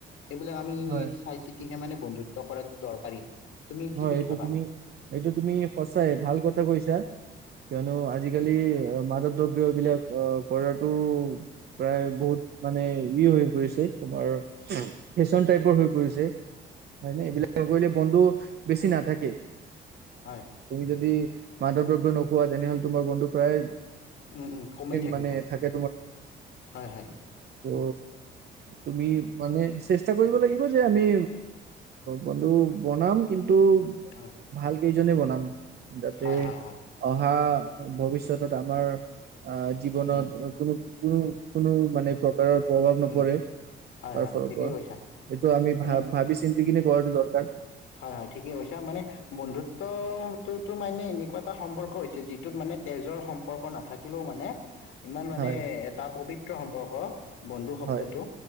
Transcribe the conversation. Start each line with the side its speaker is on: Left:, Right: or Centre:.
Left: এইবিলাক আমি
Right: হয়,
Left: এই চাই চিতিহে মানে বন্ধুত্ব কৰাটো দৰকাৰী তুমি কি
Right: হয়
Left: বুলি
Right: এইটো
Left: ভাবা
Right: তুমি এইটো তুমি সঁচাই ভাল কথা কৈছা কিয়নো আজিকালি মাদ্ৰক দ্ৰব্য এইবিলাক অ ফলত টো প্ৰায় বহুত মানে ই হৈ পৰিছে তোমাৰ ফেশ্বন টাইপৰ হৈ পৰিছে হয় নে এই কৰিলে বন্ধু বেছি না থাকে
Left: হয়
Right: তুমি যদি মাদ্ৰক দ্ৰব্য নোখোৱা তেনেহ'লে তোমাৰ বন্ধু প্ৰায়
Left: উম উম কমেই থাকিব
Right: মানে থাকে
Left: হয় হয়
Right: অ তুমি মানে চেষ্টা কৰিব লাগিব যে আমি বন্ধু বনাম কিন্তু তোভাল
Left: উম
Right: কেইজনে বনাম উম যাতে
Left: হয় হয় হয়
Right: অহা ভৱিষ্যত আমাৰ আ জীৱনত
Left: উম
Right: কোনো কোনো কোনো মানে প্ৰ প্ৰকাৰ প্ৰভাৱ নপৰে
Left: উম হয়
Right: তাৰ
Left: হয়
Right: ফালৰ
Left: ঠিকেই
Right: পৰা
Left: কৈছা
Right: এইটো আমি
Left: মানে
Right: ভা ভাবি চিন্তি কিনি কৰাটো দৰকাৰ
Left: হয় ঠিকেই হৈছে মানে বন্ধুত্বটোতো মানে এনেকুৱা এটা সম্পৰ্ক হৈছে যিটোত মানে তেজৰ সম্পৰ্ক নাথাকিলেও মানে ইমান মানে
Right: হয়
Left: এটা পবিত্ৰ সম্পৰ্ক বন্ধু শব্দটো
Right: হয়